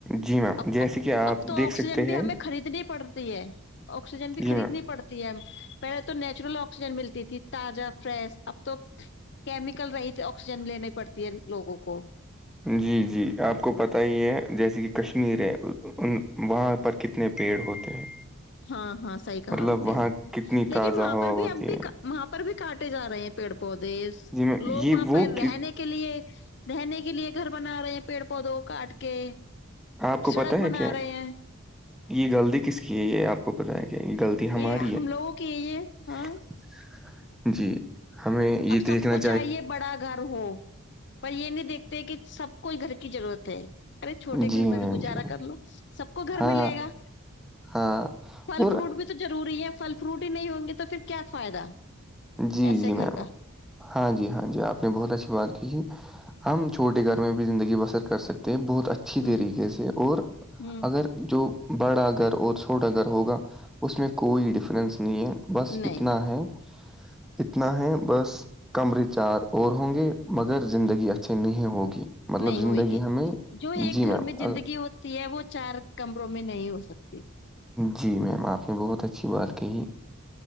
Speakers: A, in the centre; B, on the left (about 55°).
A: جی میم
B: اب
A: جیسے کہ آپ
B: اب تو
A: دیکھ
B: آکسیجن
A: سکتے
B: بھی
A: ہیں
B: ہمیں خریدنی پڑتی ہے آکسیجن بھی
A: جی
B: خریدنی
A: میم
B: پڑتا پہلے تو نیچرل آکسیجن ملتی تھی تازہ فریش اب تو کیمیکل رہی آکسیجن لیینی پڑتی ہے لوگوں کو
A: جی جی آپ کو پت ہی ہے جیسے کہ کشمیر ہے وہاں پر کتنے پیڑ ہوتے ہیں
B: ہاں ہاں صحیح کہا
A: مطلب
B: آپ
A: وہاں
B: نے
A: کتنی
B: لیکن
A: تازہ
B: وہاں
A: ہوا
B: پر بھی
A: ہوتی
B: اب بھی
A: ہے
B: وہاں پر بھی کاٹے جا رہے ہیں پیڑ پودے
A: جی میم
B: لوگ
A: یہ
B: وہاں
A: وہ
B: پر
A: کس-
B: رہنے کے لیے رہنے کے لیے گھر بنا رہے ہیں پیڑ پودوں کاٹ کے
A: آپ کو
B: سڑک
A: پتا ہے
B: بنا
A: کیا
B: رہے ہیں
A: یہ غلطی کس کی ہے یہ آپ کو بتیا گیا غلطی ہماری
B: یہ
A: ہے
B: ہم لوگوں کی ہے یہ ہاں
A: <inaudible> جی ہمیں یہ
B: اب
A: دیکھنا
B: سب کو چاہیے بڑا گھر ہو پر یہ نہیں دیکھتے کہ سب کوئی گھر کی ضرورت ہے ارے چھوٹے
A: جی
B: گھر میں
A: میم
B: بھی گزارا
A: جی میم،
B: کر لو سب کو گھر
A: ہاں
B: میں لے گا
A: ہاں
B: پھل
A: اور
B: فروٹ بھی تو زوری ہے فل فروٹ ہی نہیں ہوں گے تو پھر کیا فائدہ
A: جی
B: ایسے
A: جی میم
B: گھر کا
A: ہاں جی ہاں جی آپ نے بہت اچھی بات کی ہم چھوٹے گھر میں بھی زندگی بسر کر سکتے ہیں بہت اچھی
B: ہوں
A: طریقے سے اور
B: ہوں
A: اگر جو بڑا گھر اور چھوٹا گھر ہوگا اس میں کوئی ڈفرینس نہیں ہے بس
B: نہیں
A: اتنا ہے اتنا ہے بس کمرے چار اور ہوں گے مگر زندگی اچھے نہیں ہوگی مطلب
B: نہیں
A: زندگی
B: ہوئے گی
A: ہمیں
B: جو ایک
A: جی
B: گھر
A: میم
B: میں زندگی ہو کی ہے وہ چار کمروں میں نہیں ہو سکتی
A: جی میم آپ نے بہت اچھی بات کہی